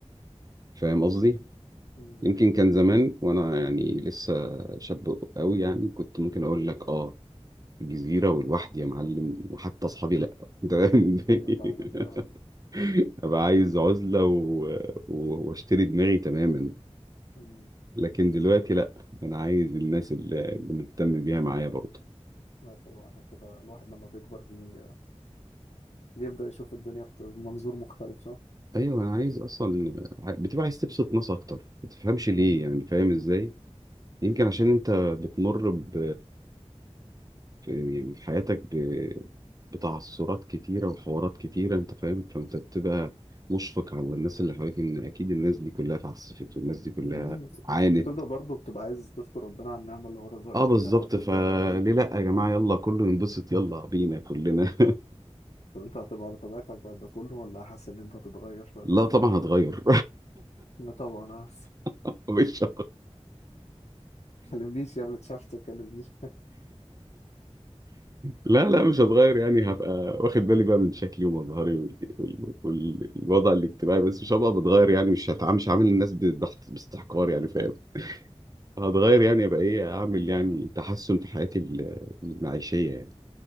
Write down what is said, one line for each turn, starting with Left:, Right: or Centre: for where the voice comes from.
Right: فاهم قصدي؟
Left: امم
Right: يمكن كان زمان وأنا يعني لسه شاب أوي يعني كنت ممكن أقول لك آه جزيرة ولوحدي يا معلم وحتى أصحابي لأ <laughs> أنت فاهم إزاي؟
Left: ايوه فاهمك اه
Right: <laughs> أبقى عايز عزلة و... و- وأشتري دماغي تماما
Left: امم
Right: لكن دلوقتي لأ أنا عايز الناس اللي اللي مهتم بيها معايا برضه
Left: لا طبعا كده الواحد لما بيكبر بي... بيبدأ يشوف الدنيا بت- بمنظور مختلف صح؟
Right: ايوه انا عايز اصلا ع- بتبقى عايز تبسط ناس اكتر ما تفهمش ليه
Left: امم
Right: يعني فاهم ازاي يمكن عشان انت بتمر ب... في يعني في حياتك ب... بتعثرات كتيره وحوارات كتيره انت فاهم فانت بتبقى مشفق على الناس اللي حواليك ان اكيد الناس دي كلها اتعسفت والناس دي كلها
Left: أمم.
Right: عانت
Left: بتبدأ برضه بتبقى عايز تشكر ربنا على النعمة اللي هو رزقك
Right: اه بالظبط
Left: بيها فبتبدأ
Right: فليه
Left: بقى ايه
Right: لا يا جماعه
Left: اه
Right: يلا كله ينبسط يلا بينا كلنا
Left: طب انت هتبقى على طبيعتك بعد ده كله ولا حاسس ان انت هتتغير
Right: <laughs>
Left: شوية؟
Right: لا طبعا هتغير
Left: لا طبعا اه
Right: <laughs> مش
Left: كلمنيش يا ابني اتشافت كلمنيش
Right: لا لا مش هتغير يعني هبقى واخد بالي بقى من شكلي ومظهري وال- وال- والوضع الاجتماعي بس مش هبقى بتغير يعني مش هتع- مش هعامل الناس بضغط باستحقار يعني فاهم هتغير يعني ابقى ايه اعمل يعني تحسن في حياتي ال- المعيشية يعني